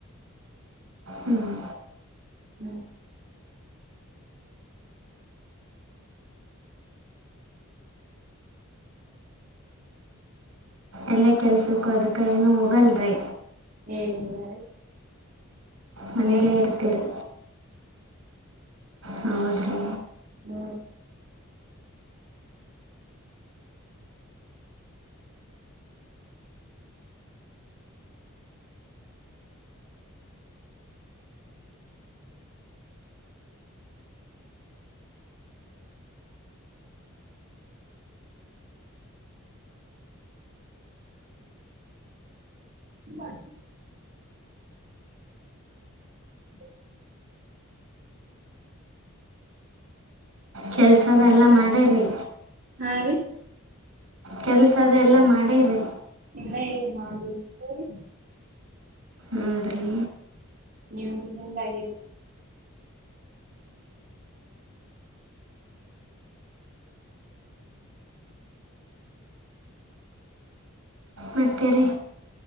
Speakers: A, on the right; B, on the right.
A: ಹ್ಞೂ
B: ಹ್ಮ
A: ಎಲ್ಲಾ ಕೆಲ್ಸಕ್ಕೂ ಅದ್ಕ್ಕ ಏನು ಹೋಗಲ್ರಿ
B: ಹೇ ಇಲ್ಲಾರಿ ಮನೇಲೆ
A: ಮನೇಲೇ ಇರ್ತೀರಿ
B: ಇರ್ತಿನಿ
A: ಹೌದ್ರಿ
B: ಹ್ಮ <unintelligible> <unintelligible>
A: ಕೆಲಸನೆಲ್ಲ ಮಾಡರಿ
B: ಹಾ ರೀ
A: ಕೆಲ್ಸ ಅದ ಎಲ್ಲಾ ಮಾಡೇರಿ
B: ಇನ್ನ ಇಲ್ಲರೀ ಮಾಡಬೇಕು
A: ಹೌದ್ರಿ
B: ನೀವು ನಿಮ್ಮದು ಆಗರಿ
A: ಮತ್ತೆ ರೀ